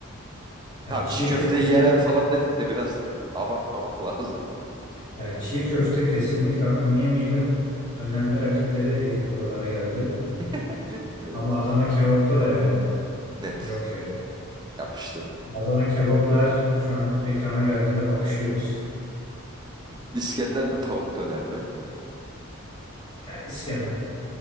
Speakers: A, on the left; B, on the right.
A: Yani
B: Tamam
A: çiğ
B: çiğ köfte
A: köfte,
B: yerel falan dedik de biraz abartmamak lazım.
A: yani çiğ köfte kesinlikle hakkını yemeyelim. Önemli rakipleri eleyip buralara geldi.
B: <laughs> Evet.
A: Ama Adana kebapta da yani
B: Net.
A: yok ya.
B: Yapıştırdım.
A: Adana kebaplar şu an ekrana geldiğinde bakışıyoruz.
B: İskender mi tavuk döner mi?
A: Ya İskender